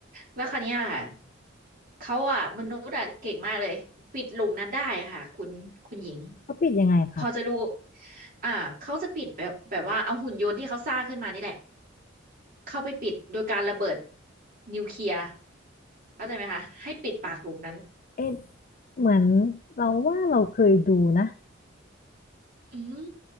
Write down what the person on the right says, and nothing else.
แล้วคราวเนี้ยค่ะ เขาอ่ะมนุษย์อ่ะเก่งมากเลยปิดหลุมนั้นได้ค่ะคุณคุณหญิง
พอจะรู้อ่าเขาจะปิดแบบแบบว่าเอาหุ่นยนต์ที่เขาสร้างขึ้นมานี่แหละเข้าไปปิดโดยการระเบิดนิวเคลียร์เข้าใจไหมคะให้ปิดปากหลุมนั้น
อืม